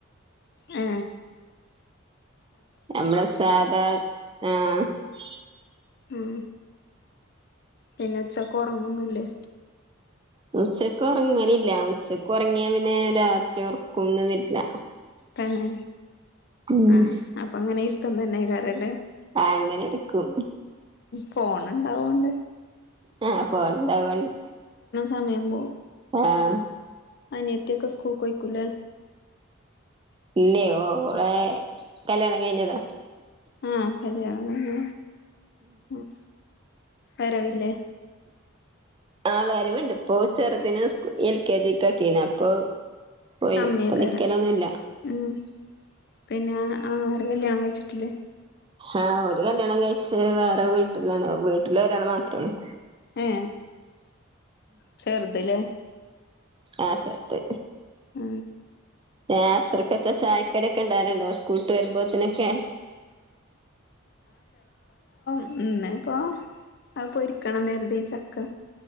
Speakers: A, on the left (about 50°); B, on the right (about 25°).
A: ആ
B: നമ്മളെ സാധാ ആഹ് ഷ്
A: ഉം പിന്നെ ഉച്ചക്ക് ഉറങ്ങുന്നുല്ലേ
B: ഉച്ചക്ക് ഉറങ്ങനില്ല ഉച്ചക്ക് ഉറങ്ങിയ പിന്നെ രാത്രി ഉറകം ഒന്നു വരില്ല
A: തന്നെ
B: ഉം
A: ആഹ് അപ്പൊ അങ്ങനെ തിന്നന യ്കാരല്ലേ
B: ആ അങ്ങനെ ഇരിക്കും
A: ഫോൺ ഉണ്ടാവോണ്ട്
B: ഇപ്പൊ ഉണ്ടാവോണ്ട്
A: സമയ പോവും
B: ആ
A: അനിയത്തിയൊക്കെ സ്കൂൾ കൊയിക്കൂലേ
B: ഇല്ലേ ഓളെ കല്യാണം കഴിഞ്ഞത
A: ആഹ് കല്യാണം കഴിഞോ ഉം വരവില്ലേ
B: ആവരവുണ്ട് ഇപ്പോചെറുതിന് എൽ കെ ജിഅക്കീണ് അപ്പൊ പോയി
A: കമിയെയ്
B: ഇപ്പൊ
A: ക്കാരംഉം
B: നിക്കലൊന്നുല്ല
A: പിന്നെ ആങ്ങ ളാർ കല്യാണം കഴിച്ചിട്ടില്ലേ
B: ആഹ് ഒരു കല്ല്യാണം കഴിച്ച് വേറെ വീട്ടിലാണ് വീട്ടിൽ ഒരാളെ മാത്രേള്ളൂ
A: ഏ ചെറുത് ലേ
B: ആഹ് ചെറുത്
A: ആ
B: അസ്രക്കത്തെ ചായക്കടൊക്കെ ഉണ്ടായിരുണ്ടോ സ്കൂള്ട്ട് വരുമ്പോത്തിനൊക്കെ
A: ഉന്നെ ഇപ്പൊ അത് പൊരിക്കണംന്ന് കരുതി ചക്ക